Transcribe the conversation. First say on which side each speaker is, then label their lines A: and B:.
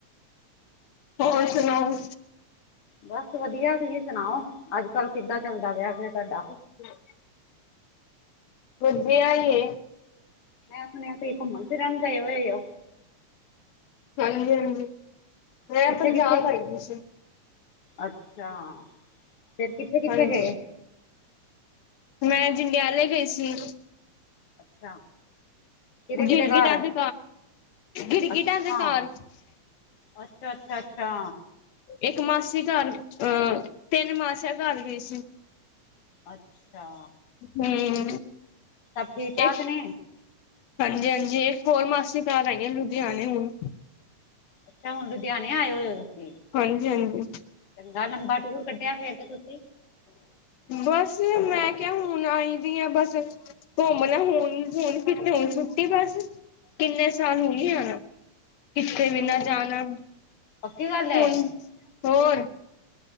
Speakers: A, on the left; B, on the left.
A: ਹੋਰ ਸੁਣਾਓ?
B: ਬਸ ਵਧੀਆ ਤੁਸੀਂ ਸੁਣਾਓ? ਅੱਜ-ਕੱਲ੍ਹ ਕਿੱਦਾਂ ਚੱਲਦਾ ਵਿਆਹ ਫਿਰ ਤੁਹਾਡਾ
A: ਹ <inaudible> ਵਧੀਆ ਹੀ ਹੈ
B: ਮੈਂ ਸੁਣਿਆ ਸੀ, ਤੁਸੀ ਘੁੰਮਣ ਫਿਰਨ ਗਏ ਹੋਏ ਹੋ?
A: ਹਾਂਜੀ ਹਾਂਜੀ। ਮੈਂ
B: ਕਿੱਥੇ-ਕਿੱਥੇ?
A: ਪੰਜਾਬ ਆਈ ਦੀ ਸੀ।
B: ਅੱਛਾ! ਫਿਰ ਕਿੱਥੇ-ਕਿੱਥੇ
A: ਹਾਂਜੀ
B: ਗਏ?
A: ਮੈਂ ਜੰਡਿਆਲੇ ਗਈ ਸੀ।
B: ਅੱਛਾ, ਕਿਦੇ-ਕਿਦੇ
A: ਗਿਰਗਿਟਾ
B: ਘਰ?
A: ਦੇ ਗਿਰਗਿਟਾ
B: ਅੱਛਾ
A: ਦੇ ਘਰ <unintelligible>
B: ਅੱਛਾ, ਅੱਛਾ, ਅੱਛਾ।
A: ਇੱਕ ਮਾਸੀ ਘਰ, ਅਹ ਤਿੰਨ ਮਾਸੀਆਂ ਘਰ ਗਈ ਸੀ।
B: ਅੱਛਾ।
A: ਹੂੰ।
B: ਸਭ ਠੀਕ-ਠਾਕ
A: ਇੱਕ
B: ਨੇ?
A: ਹਾਂਜੀ, ਹਾਂਜੀ, ਇਕ ਹੋਰ ਮਾਸੀ ਘਰ ਆਈ ਆ ਲੁਧਿਆਣੇ ਹੁਨ।
B: ਅੱਛਾ ਹੁਣ ਲੁਧਿਆਣੇ ਆਏ ਹੋ ਤੁਸੀ?
A: ਹਾਂਜੀ ਹਾਂਜੀ
B: ਚੰਗਾ ਲੰਮਬਾ ਟੂਰ ਕਡੇਆ ਤੁਸੀ।
A: ਬਸ ਮੈਂ ਕੇਹਾ ਹੁਣ ਆਈ ਦੀ ਆ ਬਸ ਘੋਮ ਲਾ ਹੁਨ, ਹੂਨ ਕਿੱਥੇ ਹੁਨ ਛੁੱਟੀ ਬਸ। ਕਿੰਨੇ ਸਾਲ ਹੁਨ ਨੀ ਆਣਾ। ਕਿੱਥੇ
B: ਅੱਛਾ
A: ਵੀ ਨਾ ਜਾਨਾ।
B: ਪੱਕੀ ਗੱਲ ਹੈ
A: ਹੂਨ, ਹੋਰ